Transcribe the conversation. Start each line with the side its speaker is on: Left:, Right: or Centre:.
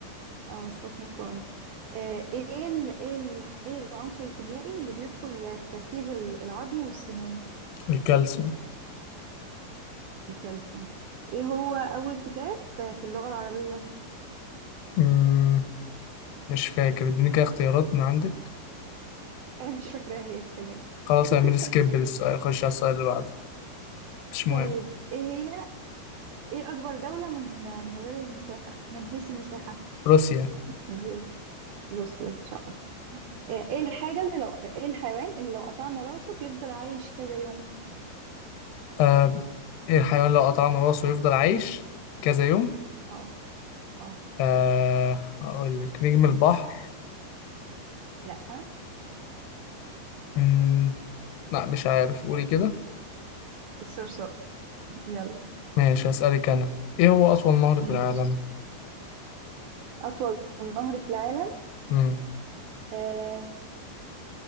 Right: آه، سبوتنيك 1 آه، إيه ال- إيه ال- إيه العنصر الكيميائي اللي بيدخل في تركيب ال- العظم والسنان؟
Left: الكالسيوم
Right: الكالسيوم إيه هو أول كتاب في اللغة العربية؟ <laughs>
Left: مم. مش فاكر اديني كده اختيارات من عندك
Right: أنا مش فاكراها هي كمان
Left: خلاص اعمل
Right: <laughs>
Left: سكيب للسؤال خش على السؤال اللي بعده مش مهم
Right: طيب إيه هي ايه اكبر دولة من من غير المساحة من حيث المساحة
Left: روسيا
Right: من غير روسيا مش عارفة آه، ايه إيه الحاجة اللي لو ايه الحيوان اللي لو قطعنا راسه بيفضل عايش كذا يوم
Left: آه ايه الحيوان لو قطعنا راسه يفضل عايش كذا يوم
Right: اه اه
Left: آه هقول لك نجم البحر
Right: لا
Left: مم. لا مش عارف قولي كده
Right: الصرصار يلا
Left: ماشي هسألك أنا ايه هو أطول نهر في العالم
Right: ماشي أطول نهر في العالم
Left: مم.
Right: آه